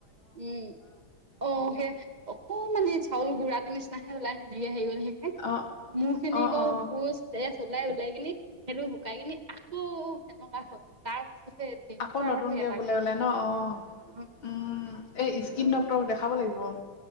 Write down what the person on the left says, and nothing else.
অ
অ
অ
আকৌ নতুনকে
বোলে
ওলে ন অ',
উম। এই ইস্কিন ডক্তৰক দেখাব লাগিব।